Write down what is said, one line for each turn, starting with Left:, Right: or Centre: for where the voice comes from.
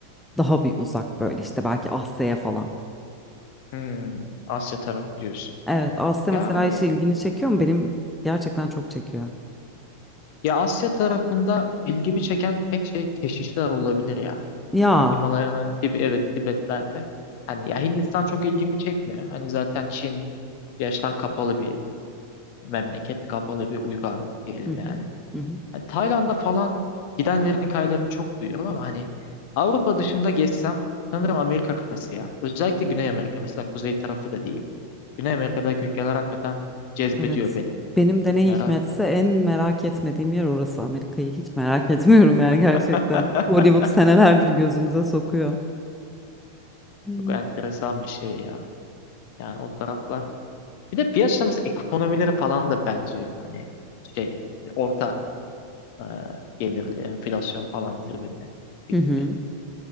Centre: daha bir uzak böyle işte belki Asya'ya falan.
Left: Hmm, Asya tarafı diyorsun.
Centre: Evet, Asya
Left: Yani
Centre: mesela hiç ilgini çekiyor mu? Benim gerçekten çok çekiyor.
Left: ya Asya tarafında ilgimi çeken tek şey keşişler olabilir ya.
Centre: Ya.
Left: Hani Himalaya'nın Tib evet Tibet'lerde. Hani ya Hindistan çok ilgimi çekmiyor. Hani zaten Çin yaştan kapalı bir memleket kapalı bir uygarlık diyelim
Centre: Hı hı.
Left: yani.
Centre: Hı hı.
Left: Hani Tayland'a falan gidenlerin hikayelerini çok duyuyorum ama hani Avrupa dışında gezsem sanırım Amerika kıtası ya. Özellikle Güney Amerika mesela kuzey tarafı da değil. Güney Amerika'daki ülkeler hakikaten cezbediyor
Centre: Evet.
Left: beni.
Centre: Benim de ne
Left: Merak.
Centre: hikmetse en merak etmediğim yer orası. Amerika'yı hiç merak <laughs> etmiyorum yani
Left: <laughs>
Centre: gerçekten. Hollywood senelerdir gözümüze sokuyor. Hmm.
Left: Çok enteresan bir şey ya. Yani o taraflar. Bir de piyasa mesela ekonomileri falan da benziyor. Hani şey orta e, gelirli enflasyon falan zirvede gibi
Centre: Hı hı.
Left: gibi.